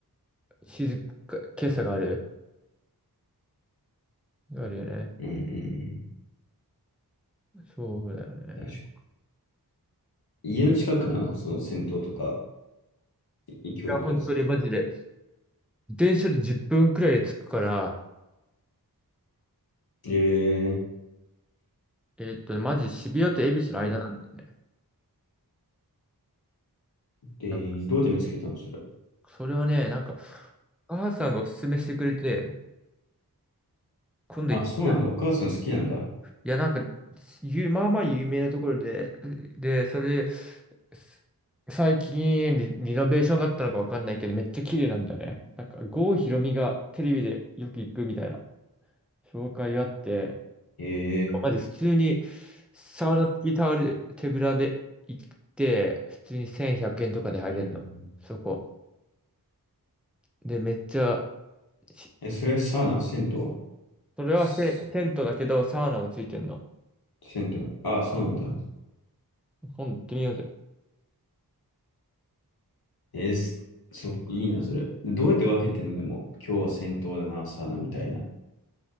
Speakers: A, in the centre; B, on the left.
A: 静か、今朝がある。あるよね。
B: うんうん。うんうんうん。
A: そうだよね。
B: 確かに。家の近くだな、その銭湯とか、い教育やつは。
A: いや、本当にマジで。自転車で10分くらいで着くから、
B: ええ
A: えーっとね、マジ渋谷と恵比寿の間なんだよね。
B: いや、えーどうやって見つけたの、
A: なんか
B: それ。
A: それはね、なんか、母さんがおすすめしてくれて、今度行ってみよう
B: あ、そうなんだ。お母さん好きなんだ。
A: いや、なんか、ゆまあまあ有名なところで、で、それ、す最近リ、リノベーションがあったのかわかんないけど、めっちゃ綺麗なんだよね。なんか、郷ひろみがテレビでよく行くみたいな紹介があって、
B: ええ
A: まじ普通にサウナ付きタオル、手ぶらで行って、普通に1100円とかで入れるの。
B: うんうん。
A: そこ。で、めっちゃ、し
B: え、それサウナ、銭湯
A: それはせテントだけど、
B: す
A: サウナもついてんの。
B: 銭湯。ああ、そうなんだ。
A: 今度行ってみようぜ。
B: えーすそっか、いいな、それ。どうやって分けてんのでも、今日は戦闘だな、サウナみたいな。